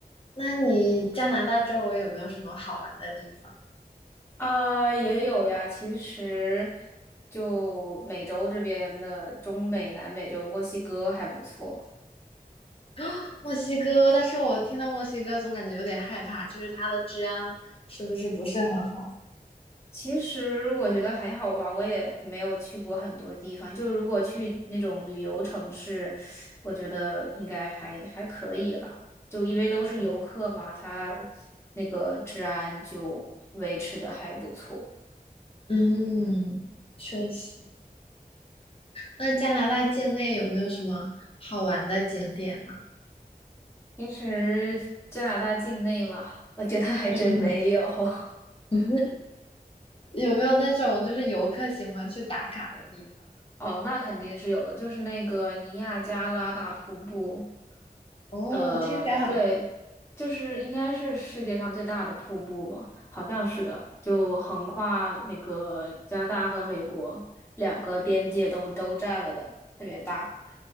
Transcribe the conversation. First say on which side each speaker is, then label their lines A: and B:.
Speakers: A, on the left; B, on the left.
A: 那你加拿大周围有没有什么好玩的地方？
B: 啊，也有呀。其实，就美洲这边的中美、南美，就墨西哥还不错。
A: <gasps> 墨西哥，但是我听到墨西哥总感觉有点害怕，就是它的治安是不是不是很好？
B: 其实我觉得还好吧，我也没有去过很多地方。就如果去那种旅游城市，我觉得应该还还可以了。就因为都是游客嘛，他那个治安就维持的还不错。
A: 嗯，确实。那加拿大境内有没有什么好玩的景点呢？
B: 平时加拿大境内嘛，我觉得还真没有。
A: 嗯，
B: <laughs>
A: <laughs> 有没有那种就是游客喜欢去打卡的地方？
B: 哦，那肯定是有的，就是那个尼亚加拉大瀑布，
A: 哦，
B: 呃，
A: 听起来很，
B: 对，就是应该是世界上最大的瀑布嘛，好像是的，就横跨那个加拿大和美国两个边界都都占了的，特别大。